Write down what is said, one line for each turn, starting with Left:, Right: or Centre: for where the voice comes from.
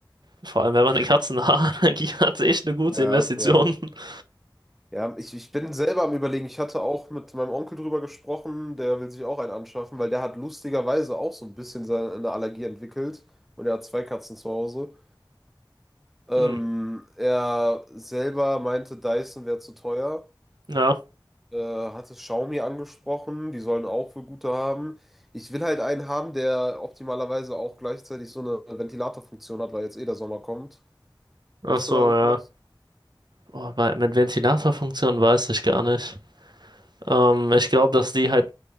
Right: vor allem wenn man eine Katzenhaarallergie hat, echt eine gute
Centre: Ja,
Right: Investition.
Centre: ja.
Right: <laughs>
Centre: Ja, ich, ich bin selber am Überlegen. Ich hatte auch mit meinem Onkel drüber gesprochen. Der will sich auch einen anschaffen, weil der hat lustigerweise auch so ein bisschen seine, eine Allergie entwickelt. Und er hat zwei Katzen zu Hause. Ähm,
Right: Hm,
Centre: er selber meinte, Dyson wäre zu teuer.
Right: ja,
Centre: Äh, hatte Xiaomi angesprochen, die sollen auch wohl gute haben. Ich will halt einen haben, der optimalerweise auch gleichzeitig so eine Ventilatorfunktion hat, weil jetzt eh der Sommer kommt. Hast
Right: ach so,
Centre: du da irgendwas?
Right: ja. Boah, bei, mit Ventilatorfunktion weiß ich gar nicht. Ähm, ich glaube, dass die halt.